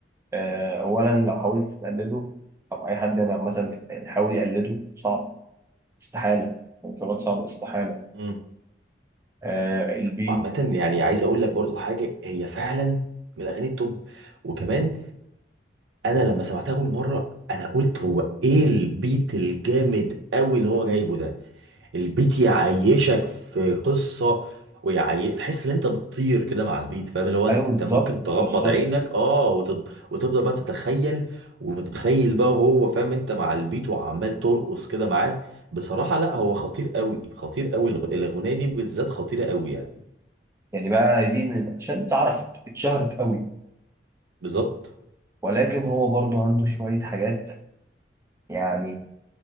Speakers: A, on the right; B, on the right.
A: آه، اولا لو حاولت تقلده او اي حد يعني عامة يحاول يقلده صعب استحالة مش هقول لك صعب استحالة
B: مم.
A: آه البيت
B: وعامة يعني عايز أقول لك برضو حاجة هي فعلا من الأغاني التوب وكمان أنا لما سمعتها أول مرة أنا قلت هو إيه البيت الجامد أوي اللي هو جايبه ده البيت يعيشك في قصة ويعي... تحس ان انت بتطير كده مع البيت فاهم لو انت
A: ايوه بالظبط
B: ممكن تغمض
A: بالظبط
B: عينك اه وتب... وتفضل بقى تتخيل ومتخيل بقى وهو فاهم انت مع البيت وعمال ترقص كده معاه بصراحة لا هو خطير قوي خطير قوي الغ- الأغنية دي بالذات خطيرة قوي يعني
A: يعني بقى دي من عشان تعرف اتشهرت قوي
B: بالظبط
A: ولكن هو برضو عنده شوية حاجات يعني